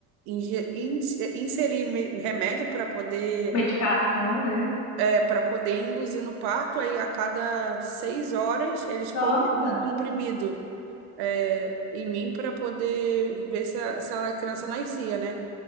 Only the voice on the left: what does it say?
Medicação, né?
Nossa.